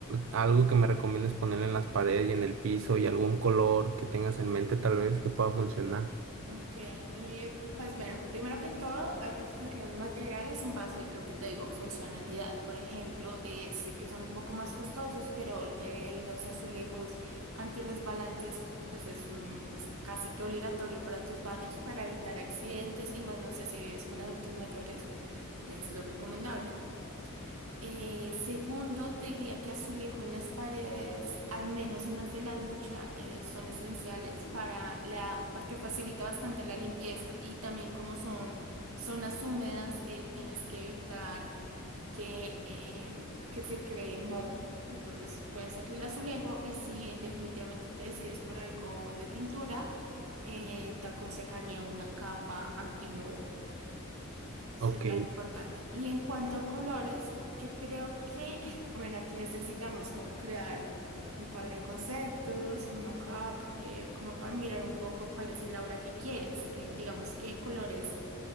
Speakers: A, on the right; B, on the right.
A: algo que me recomiendes poner en las paredes y en el piso y algún color que tengas en mente tal vez que pueda funcionar.
B: Ok, eh, pues bueno, primero que todo hay que escoger los materiales en base, lo que te digo, funcionalidad. Por ejemplo, eh, sé que son un poco más costosos, pero eh, los azulejos antirresbalantes, pues es, un, es casi que obligatorio para tus baños para evitar accidentes y más no sé si vives con adultos mayores, es lo recomendable. Eh, segundo, te diría que azulejo en las paredes, al menos en las de la ducha, eh, son esenciales para la, porque facilita bastante la limpieza y también como son zonas húmedas, eh, tienes que evitar que, eh, que se cree moho. Entonces, pueden ser el azulejo y si definitivamente te decides por algo de pintura, eh, te aconsejaría una capa antimoho. Sería
A: Ok.
B: lo importante. Y en cuanto a colores, yo creo que, <sighs> <laughs> bueno, aquí necesitamos como crear un cuadro de conceptos, un mock-up, eh, como para mirar un poco cuál es el aura que quieres. Eh, digamos que colores